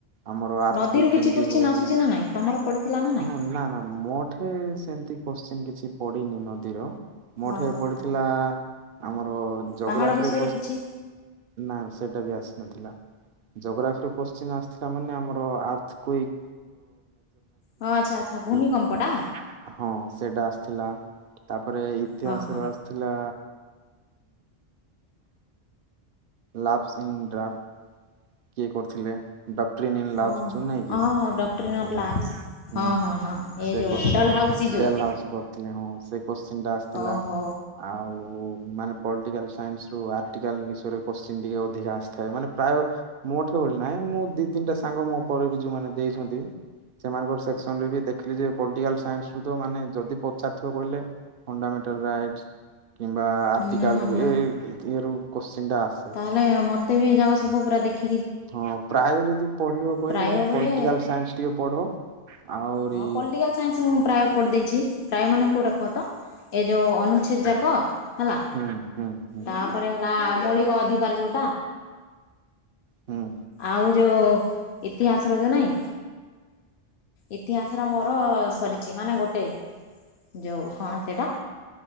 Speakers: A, on the right; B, on the left.
A: ଆମର ଆର୍ଥକୁ
B: ନଦୀରୁ
A: କ୍ୱେକ୍
B: କିଛି
A: କେମିତି
B: କୋଶ୍ଚିନ୍
A: ହୁଏ
B: ଆସୁଛି ନା ନାଇଁ ତମର ପଡିଥିଲା ନା ନାଇଁ?
A: ହଁ ନା ନା ମୋ ସେମିତି କୋଶ୍ଚିନ୍ କିଛି ପଡିିନି ନଦୀର ମଠେ
B: ଓହୋ
A: ପଡି ଥିଲା ଆମର ଜୋଗ୍ରାଫିର
B: ପାହାଡ଼ ବିଷୟରେ କିଛି
A: ନା ସେଇଟା ବି ଆସିନଥିଲା। ଜୋଗ୍ରାଫିର କୋଶ୍ଚିନ୍ ଆସିଥିଲା ମାନେ ଆମର ଆର୍ଥ୍ କ୍ୱେକ୍
B: ହଁ ଆଚ୍ଛା ଆଚ୍ଛା ଭୂମିକମ୍ପଟା
A: <unintelligible> ହଁ ସେଇଟା ଆସିଥିଲା ତାପରେ ଇତିହାସ
B: ହଁ ହଁ
A: ର ଆସ୍ ଥିଲା ଲାଭ୍ସ ଇନ୍ ଡ୍ରାଫ୍ଟ କିଏ କରିଥିଲେ? ଡକ୍ଟରୀ ନି ଲାଭ
B: ଓହୋ
A: ଯୋ ନାଇକି
B: ହଁ ହଁ ଡକ୍ଟ୍ରିନ୍ ଅଫ୍
A: ଆମର
B: ଲାଭସ୍
A: ହୁଁ
B: ହଁ ହଁ ହଁ ଏ
A: ସେ
B: ଯୋଉ
A: କୋଶ୍ଚିନ୍
B: ଡଲ୍ ହାଉସି ଯୋଉ
A: ଡେଲ ହାଉସି କରିଥିଲେ ହଁ ସେ କୋଶ୍ଚିନ୍ ଟା ଆସିଥିଲା।
B: ଓହୋ
A: ଆଉ ମାନେ ପଲିଟିକାଲ ସାଇନ୍ସ ରୁ ଆଟିକା ବିଷୟରେ କୋଶ୍ଚିନ୍ ଟିକେ ଅଧିକା ଆସିଥାଏ ମାନେ ପ୍ରାୟ ମୋଠେ ବୋଲି ନାହିଁ ମୁଁ ଦି ତିନିଟା ସାଙ୍ଗ ମୋ ପରେ ବି ଯୋଉମାନେ ଦେଇଛନ୍ତି ସେମାନଙ୍କର ସେକ୍ସନ ରେ ବି ଦେଖିଲି ଯେ ପଲିଟିକାଲ ସାଇନ୍ସ ରୁ ତ ମାନେ ଯଦି ପଚାରିଥିବ କହିଲେ ଫଣ୍ଡାମେଣ୍ଟାଲ ରାଇଟ କିମ୍ବା ଆର୍ଟିକାଲ
B: ହୁଁ ହଁ
A: ରୁ
B: ହଁ
A: ଏ ର କୋଶ୍ଚିନ୍ ଟା ଆସେ।
B: ତାହେଲେ ମତେ ବି ଏ ଯାକ ସବୁ ପୁରା ଦେଖି
A: ହଁ ପ୍ରାୟ ଯଦି ପଢିବ କହିଲେ
B: ପ୍ରାୟ ବୋଲେ
A: ପଲିଟିକାଲ ସାଇନ୍ସ ଟିକେ ପଢ ଆହୁରି
B: ହଁ ପଲିଟିକାଲ ସାଇନ୍ସ ମୁଁ ପ୍ରାୟ ପଢ ଦେଇଛି ପ୍ରାୟ ମାନେ କୋଉଟା କୁହ ତ? ଏ ଯୋଉ ଅନୁଚ୍ଛେଦ ଯାକ ହେଲା
A: ହୁଁ ହୁଁ ହୁଁ
B: ତାପରେ ହେଲା ମୌଳିକ ଅଧିକାର ଯୋଉ
A: ହୁଁ।
B: ଆଉ ଯୋଉ ଇତିହାସର ଯୋଉ ନାଇଁ ଇତିହାସ ର ମୋର ସରିଛି ମାନେ ଗୋଟେ ଯୋଉ କଣ ସେଇଟା